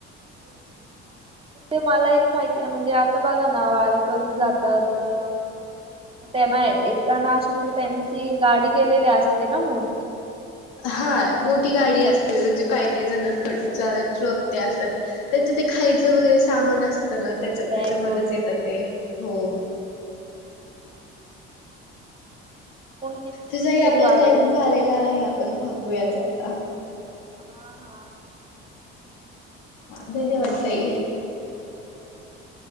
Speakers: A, on the right; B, on the left.
A: Okay ma'am. ते मला एक माहिती ना म्हणजे आता बघा ना वारीे करून जातात अ त्यांना येताना अशी म्हणजे त्यांची गाडी केलेली असते ना मोठी.
B: हाय मोठी
A: येण्यासाठी
B: गाडी असते म्हणजे काय काही जणांकड ट्रक ते असतात त्यांचं ते खायचं
A: हा
B: वगैरे सामान असतं ना त्याच्या त्याच्यामध्येच
A: बॅग वगैरे
B: येतात ते हो.
A: अच्छा. किती दिवस
B: तसही आपला
A: तरी वारीला
B: टाईम
A: जात
B: झालेला आहे आपण थांबूयाच आता.
A: हा हा.
B: हा
A: छान वाटलं
B: धन्यवाद
A: मला
B: ताई
A: पण खूप <inaudible>